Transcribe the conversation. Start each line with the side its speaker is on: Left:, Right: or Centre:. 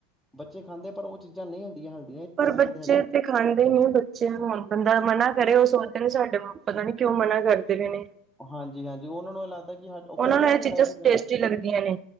Centre: ਬੱਚੇ ਖਾਂਦੇ ਆ ਪਰ ਉਹ ਚੀਜ਼ਾਂ ਨਹੀਂ ਹੁੰਦੀਆਂ ਹੈਲਦੀਆਂ ਹੈਗੀ
Right: ਪਰ
Centre: ਗੱਲ
Right: ਬੱਚੇ
Centre: ਤਾਂ
Right: ਤੇ ਖਾਂਦੇ ਈ ਨੇ ਬੱ ਚੇ ਹੁਣ ਬੰਦਾ ਮਨਾ ਕਰੇ ਉਹ ਸੋਚਦੇ ਨੇ ਸਾਡੇ ਪਤਾ ਨੀ ਕਿਉਂ ਮਨਾ ਕਰਦੇ ਵਏ ਨੇ।
Centre: ਹਾਂਜੀ-ਹਾਂਜੀ, ਉਹਨਾਂ ਨੂੰ ਇਹ ਲੱਗਦਾ ਕਿ ਹ, ਉਥੇ
Right: ਉਹਨਾਂ
Centre: ਨਾ ਪਤਾ
Right: ਨੂੰ ਇਹ
Centre: ਕੀ ਹੁੰਦਾ
Right: ਚੀਜ਼ਾਂ
Centre: ਫਿਰ
Right: ਟੇਸਟੀ ਲੱਗਦੀਆਂ ਨੇ